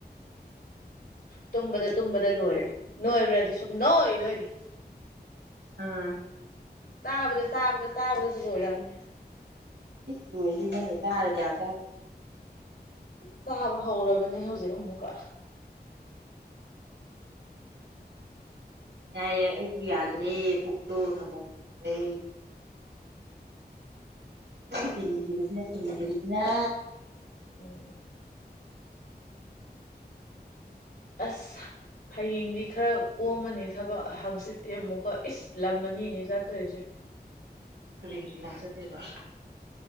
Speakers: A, on the left (about 65°); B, on the right (about 85°).
A: ꯇꯨꯝꯕꯗ ꯇꯨꯝꯕꯗ ꯂꯣꯏꯔꯦ ꯅꯣꯏꯕ꯭ꯔꯥꯗꯤ ꯁꯨꯝ ꯅꯣꯏ ꯅꯣꯏꯗꯤ
B: ꯑꯥ
A: ꯆꯥꯕꯗ ꯆꯥꯕꯗ ꯆꯥꯕꯗꯁꯨ ꯂꯣꯏꯔꯝꯅꯦ
B: ꯀ ꯂꯣꯏꯁꯦ ꯅꯪꯅ ꯆꯥꯔꯦ ꯀꯌꯥ ꯆꯥꯗꯦ
A: ꯁꯥꯥꯕ ꯍꯧꯔꯕꯅꯦ ꯍꯧꯖꯤꯛ ꯑꯃꯨꯛꯀ
B: ꯌꯥꯏ ꯌꯥꯏ ꯑꯩꯗꯤ ꯌꯥꯗ꯭ꯔꯦ ꯄꯨꯛꯇꯣ ꯊꯝꯐꯝ ꯂꯩꯇ꯭ꯔꯦ ꯇꯤꯟꯒꯤꯖꯤꯅ ꯇꯤꯟꯒꯤꯗꯤ ꯌꯥ
A: ꯎꯝ ꯑꯁ ꯍꯌꯦꯡꯗꯤ ꯈꯔ ꯀꯣꯝꯃꯅꯤ ꯊꯕꯛ ꯍꯪꯆꯤꯠꯇꯤ ꯑꯃꯨꯛꯀ ꯏꯁ ꯂꯝ ꯑꯅꯤꯅꯤ ꯆꯠꯇꯣꯏꯁꯦ
B: ꯇꯔꯤꯒꯤꯔꯤ ꯅꯆꯗꯦꯕ